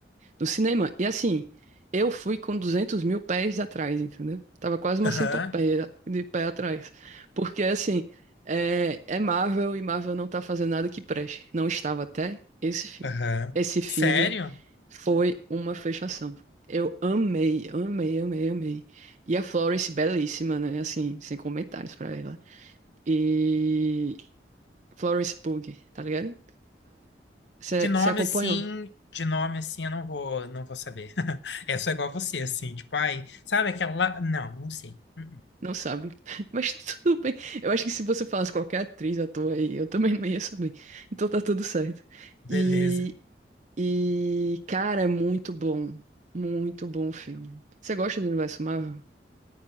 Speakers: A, on the right (about 45°); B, on the left (about 80°).
A: No cinema. E assim, eu fui com 200 mil pés atrás, entendeu? Tava quase uma
B: Aham,
A: centopeia de pé atrás. Porque assim, é, é Marvel e Marvel não tá fazendo nada que preste. Não estava até esse filme.
B: aham.
A: Esse filme
B: Sério?
A: foi uma fechação. Eu amei, amei, amei, amei. E a Florence, belíssima, né? Assim, sem comentários pra ela. E Florence Pugh, tá ligado? Você
B: De nome
A: acompanha?
B: assim, de nome assim, eu não vou, não vou saber. <laughs> É só igual você, assim, tipo, ai, sabe aquela. lá- Não, não sei. Uhum.
A: Não sabe. <laughs> Mas tá tudo bem. Eu acho que se você falasse qualquer atriz, ator aí, eu também não ia saber. Então tá tudo certo.
B: Beleza.
A: E, e cara, é muito bom. Muito bom o filme. Você gosta do universo Marvel?